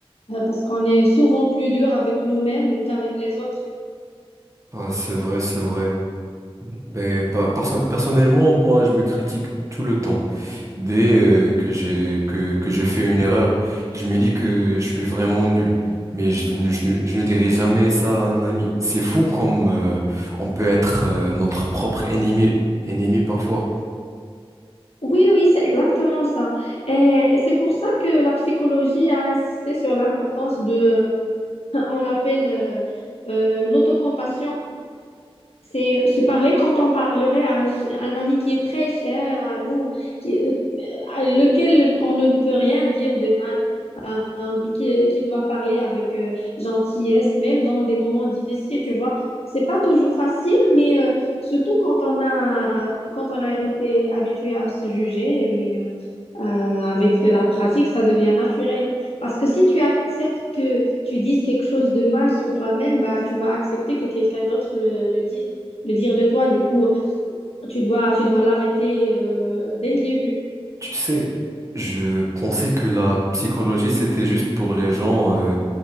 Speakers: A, on the left; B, on the right.
A: euh, parce qu'on est souvent plus dur avec nous-mêmes qu'avec les autres.
B: Ah, c'est vrai, c'est vrai. Mais pa- perso- personnellement, moi, je me critique tout le temps. Dès euh, que j'ai que, que je fais une erreur, je me dis que je suis vraiment nul. Mais je, ne je ne je ne dirai jamais ça à un ami. C'est fou comme euh, on peut être euh, notre propre ennemi, ennemi parfois.
A: Oui, oui, c'est exactement ça. Et, et c'est pour ça que la psychologie a insisté sur l'importance de, <laughs> on l'appelle euh, euh, l'autocompassion. C'est se parler quand on parlerait à un, un ami qui est très cher à nous, qui, euh, à lequel on ne peut rien dire de mal, euh, qui, qui doit parler avec euh, gentillesse, même dans des moments difficiles, tu vois. C'est pas toujours facile, mais euh, surtout quand on a, quand on a été habitué à se juger, mais euh, euh, avec de la pratique, ça devient naturel. Parce que si tu acceptes que tu dises quelque chose de mal sur toi-même, bah, tu vas accepter que quelqu'un d'autre le, le dise le dire de toi. Du coup, tu dois, tu dois l'arrêter euh, dès le début.
B: Tu sais, je pensais que la psychologie, c'était juste pour les gens. euh,